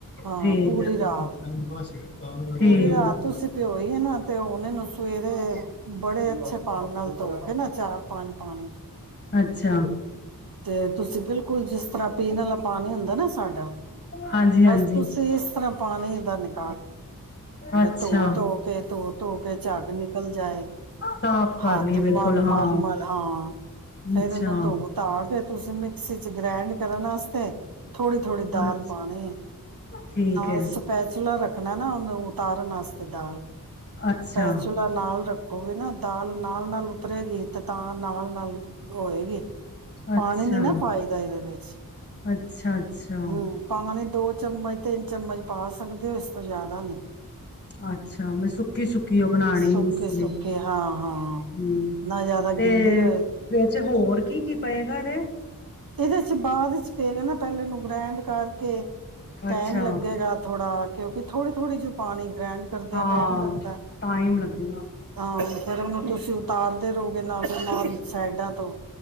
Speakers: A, on the right; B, on the left.
A: ਹਾਂ
B: ਠੀਕ
A: ਪੂਰੀ
B: ਆ
A: ਰਾਤ
B: ਠੀਕ
A: ਪੂਰੀ ਰਾਤ ਤੁਸੀਂ ਭਿਓਈ ਨਾ ਤੇ ਉਹਨੇ ਨੂੰ ਸਵੇਰੇ ਬੜੇ ਅੱਛੇ ਪਾਣੀ ਨਾਲ ਧੋ ਕੇ ਨਾ ਚਾਰ ਪੰਜ ਪਾਣੀ
B: ਅੱਛਾ
A: ਤੇ ਤੁਸੀਂ ਬਿਲਕੁਲ ਜਿਸ ਤਰ੍ਹਾਂ ਪੀਣ ਵਾਲਾ ਪਾਣੀ ਹੁੰਦਾ ਨਾ ਸਾਡਾ
B: ਹਾਂਜੀ ਹਾਂਜੀ
A: ਬਸ ਤੁਸੀਂ ਇਸ ਤਰ੍ਹਾਂ ਪਾਣੀ ਦਾ ਨਿਕ
B: ਅੱਛਾ
A: ਬ ਤ ਉਹ ਤੋਂ ਕੇ ਧੋ ਧੋ ਕੇ ਝੱਗ ਨਿਕਲ ਜਾਏ
B: ਸਾਫ਼ ਕਰ
A: ਹੱਥ
B: ਲਈ ਬਿਲਕੁਲ
A: ਮਲ
B: ਹਾਂ
A: ਮਲ ਮਲ ਹਾਂ ਫੇਰ
B: ਅੱਛਾ
A: ਇਹਨੂੰ ਧੋ ਧਾ ਕੇ ਤੁਸੀਂ ਮਿਕਸੀ ਚ ਗ੍ਰੈਂਡ ਕਰਨ ਵਾਸਤੇ ਥੋੜ੍ਹੀ ਥੋੜ੍ਹੀ
B: ਅੱਛ
A: ਦਾਲ ਪਾਣੀ ਹੈ
B: ਠੀਕ
A: ਨਾਲ
B: ਹੈ
A: ਸਪੈਚਲਾ ਰੱਖ ਣਾ ਨਾ ਉਹਨੂੰ ਉਤਾਰਨ ਵਾਸਤੇ ਦਾਲ
B: ਅੱਛਾ
A: ਫੈਸਲਾ ਨਾਲ ਰੱਖ ਹੋਵੇ ਨਾ ਦਾਲ ਨਾਲ ਨਾਲ ਉਪਰੇਗੀ ਤੇ ਤਾਂ ਨਾਲ ਨਾਲ ਹੋਏਗੀ ਪਾਣੀ
B: ਅੱਛਾ
A: ਨੀ ਨਾ ਪਾਈਦਾ ਇਹਦੇ ਵਿੱਚ
B: ਅੱਛਾ ਅੱਛਾ
A: ਹਮ ਪਾਣੀ ਦੋ ਚਮਚ ਤਿੰਨ ਚਮਚ ਪਾ ਸਕਦੇ ਹੋ ਇਸ ਤੋਂ ਜ਼ਿਆਦਾ ਨਹੀਂੀ
B: ਅੱਾ ਅੱਛਾ ਮੈਂ ਸੁੱਕੀ ਸੁੱਕੀ ਉਹ ਬਣਾਉਣੀ
A: ਸੁੱਕੇ
B: ਵੀ ਇਸ ਲਈ
A: ਸੁੱਕੇ ਹਾਂ ਹਾਂ
B: ਹਮ
A: ਨਾ ਜ਼ਿਆਦਾ
B: ਤੇ
A: ਗਿੱਲੀ ਹੋਏ
B: ਹੋਰ ਕੀ ਕੀ ਪਏਗਾ ਇਹਦੇ
A: ਇਹਦੇ ਚ ਬਾਅਦ ਚ ਪਏਗਾ ਨਾ ਪਹਿਲੇ ਨੂੰੂੰ ਗ੍ਰੈਂਡ ਕਰਕੇ ਟਾਈਮ
B: ਅੱਛਾ
A: ਲੱਗੇਗਾ ਥੋੜਾ ਕਿਉਂਕਿ ਥੋੜੀ ਥੋੜ੍ਹੀ ਜਿ ਪਾਣੀ ਗ੍ਰੈਂਡ ਕਰਦੇ
B: ਹਾਂ
A: ਹ ਟਾਈਮ ਲੱਗਦਾ
B: ਟਾਈਮ ਲੱਗੇਗਾ
A: ਹਾਂ ਫਿਰ ਉਹਨੂੰ ਤੁਸੀਂ ਉਤਾਰਦੇ ਰਹੋਗੇ ਨਾ ਨ ਸਾਈਡਾਂ ਤੋਂ